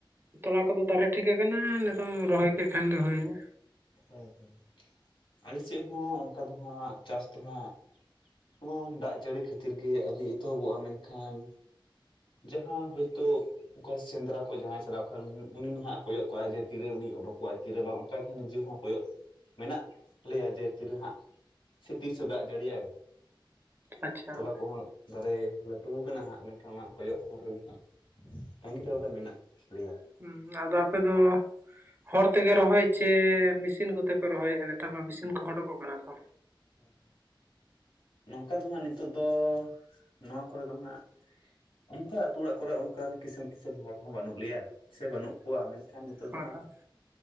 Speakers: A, on the right; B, on the left.
A: ᱛᱚᱞᱟ ᱠᱩᱫᱚ ᱫᱟᱨᱮ ᱴᱷᱤᱠ ᱠᱟᱠᱟᱱᱟ ᱱᱤᱛᱚᱝ ᱨᱚᱦᱚᱭ ᱠᱮ ᱠᱷᱟᱱᱜᱮ ᱦᱩᱭᱱᱟ᱾
B: ᱦᱩᱸ ᱦᱩᱸ, ᱟᱞᱮ ᱥᱮᱫ ᱦᱚᱸ ᱚᱱᱠᱟ ᱫᱚ ᱦᱟᱸᱜ ᱪᱟᱥ ᱫᱚ ᱦᱟᱸᱜ ᱱᱚᱣᱟ ᱫᱟᱜ ᱡᱟᱹᱲᱤ ᱠᱷᱟᱹᱛᱤᱨ ᱜᱮ ᱟᱹᱣᱨᱤ ᱮᱛᱚᱦᱚᱵᱚᱜ-ᱟ ᱢᱮᱱᱠᱷᱟᱱ ᱡᱟᱦᱟᱸ ᱦᱳᱭᱛᱳ ᱚᱠᱚᱭ ᱥᱮᱸᱫᱽᱨᱟ ᱠᱷᱚᱭ ᱡᱟᱦᱟᱸᱭ ᱪᱟᱞᱟᱣ ᱠᱷᱟᱡ-ᱟᱭ ᱩᱱᱤ ᱢᱟ ᱦᱟᱸᱜ ᱠᱚᱭᱚᱜ ᱠᱟᱜ-ᱟᱭ ᱡᱮ ᱛᱤᱨᱮ ᱩᱱᱤ ᱚᱰᱚᱠᱚᱜ-ᱟᱭ ᱛᱤᱨᱮ ᱵᱟᱝ᱾ ᱴᱟᱡ ᱦᱚᱸ ᱱᱤᱡᱮ ᱦᱚᱸ ᱠᱚᱭᱚᱜ ᱢᱮᱱᱟᱜ ᱞᱮᱭᱟ ᱡᱮ ᱛᱤᱨᱮ ᱦᱟᱸᱜ ᱥᱮ ᱛᱤᱥᱮ ᱫᱟᱜ ᱡᱟᱹᱲᱤᱭᱟᱭ?
A: ᱟᱪᱪᱷᱟ
B: ᱛᱚᱞᱟ ᱠᱩᱦᱚᱸ ᱫᱟᱨᱮ ᱞᱟᱹᱴᱩᱣ ᱠᱟᱱᱟ ᱦᱟᱸᱜ ᱢᱮᱱ ᱠᱷᱟᱱ ᱚᱱᱟ ᱠᱚᱭᱚᱜ ᱦᱚᱨ ᱨᱮᱜᱮ ᱱᱟᱜ ᱛᱟᱺᱜᱤ ᱛᱟᱲᱟᱜ ᱨᱮ ᱢᱮᱱᱟᱜ ᱞᱮᱭᱟ᱾
A: ᱦᱩᱸ, ᱟᱫᱚ ᱟᱯᱮ ᱫᱚ ᱦᱚᱲ ᱛᱮᱜᱮ ᱨᱚᱦᱚᱭ ᱪᱮ ᱢᱮᱥᱤᱱ ᱠᱚᱛᱮ ᱯᱮ ᱨᱚᱦᱚᱭᱮᱜ-ᱟ? ᱱᱮᱛᱟᱨ ᱢᱟ ᱢᱮᱥᱤᱱ ᱠᱚᱦᱚᱸ ᱩᱰᱩᱠᱚᱜ ᱠᱟᱱᱟ ᱠᱚ᱾
B: ᱦᱳᱭ ᱦᱳᱭ᱾ ᱱᱚᱝᱠᱟ ᱫᱚ ᱦᱟᱸᱜ ᱱᱤᱛᱚᱜ ᱫᱚ ᱱᱚᱣᱟ ᱠᱚᱨᱮ ᱫᱚ ᱦᱟᱸᱜ ᱚᱱᱠᱟ ᱟᱹᱛᱩ ᱚᱲᱟᱜ ᱠᱚᱨᱮ ᱚᱱᱠᱟᱱ ᱠᱤᱥᱟᱹᱬ ᱠᱤᱥᱟᱹᱬ ᱦᱚᱲ ᱦᱚᱸ ᱵᱟᱹᱱᱩᱜ ᱞᱮᱭᱟ᱾ ᱥᱮ ᱵᱟᱹᱱᱩᱜ ᱠᱚᱣᱟ ᱢᱮᱱᱠᱷᱟᱱ ᱱᱤᱛᱳᱜ ᱫᱚ
A: ᱦᱳᱭ
B: ᱦᱟᱸᱜ᱾
A: ᱦᱳᱭ